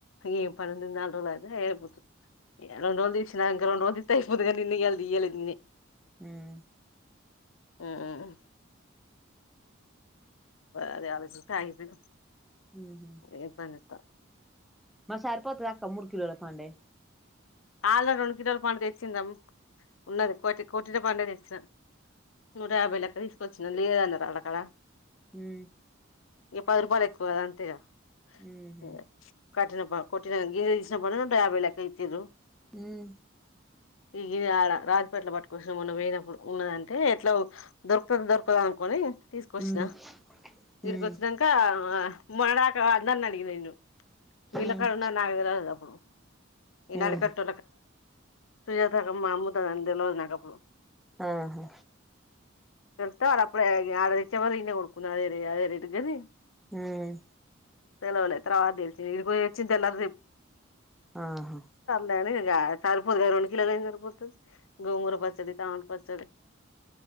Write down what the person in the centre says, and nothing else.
హమ్
ఉహు
మరి సరిపోతదా అక్క మూడు కిలోల <unintelligible>
హమ్
ఉహు
హమ్
ఉమ్
ఉమ్
ఉమ్
ఉమ్
ఆహా
హమ్
ఆహా